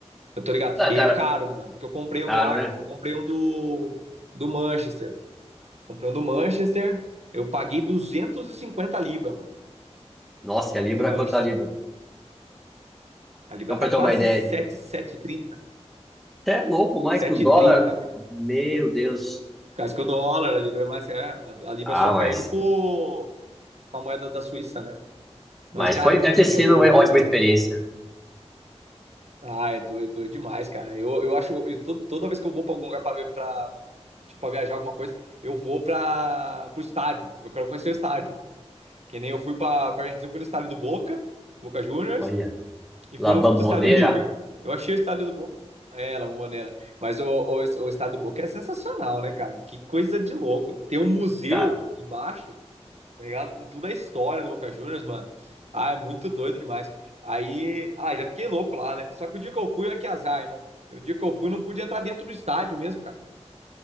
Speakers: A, on the right; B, in the centre.
A: Eu tô ligado.
B: tá
A: E
B: cara,
A: é caro, mano, porque eu comprei
B: caro,
A: um do Ar,
B: né?
A: eu comprei um do, do Manchester. Comprei um do Manchester, eu paguei 250 libras, mano,
B: Nossa, e a Libra
A: no Manchester.
B: quanto a Libra?
A: A libra
B: Só pra
A: tá
B: eu ter
A: quase
B: uma ideia
A: sete
B: aqui.
A: sete 7,30.
B: Você é louco mais
A: 7,30.
B: que o dólar?
A: Por
B: Meu Deus.
A: causa que o dólar, a libra é mais. é, a a libra
B: Ah,
A: só
B: mas.
A: perde por uma moeda da Suíça, né? Mas,
B: Mas
A: cara,
B: foi, deve ter sido
A: eu. eu...
B: uma ótima experiência.
A: Ah, é doido, doido demais, cara. Eu, eu acho. Eu, to- toda vez que eu vou pra algum lugar pra, ver- pra, tipo, pra viajar alguma coisa, eu vou pra, pro estádio, porque eu quero conhecer o estádio. Que nem eu fui pra, pra Argentina, eu fui no estádio do Boca, Boca Juniors,
B: Olha,
A: e
B: La
A: fui no
B: Bamboneira.
A: estádio do River. Eu achei o estádio do Boca. É, La Bombonera. Mas o, o, o estádio do Boca é sensacional, né, cara? Que coisa de louco. Tem um museu
B: Cara,
A: embaixo tá ligado? Com toda a história do Boca Juniors, mano. Ah, é muito doido demais. Aí, ah, já fiquei louco lá, né? Só que o dia que eu fui, é que azar, né? O dia que eu fui, não pude entrar dentro do estádio mesmo, cara.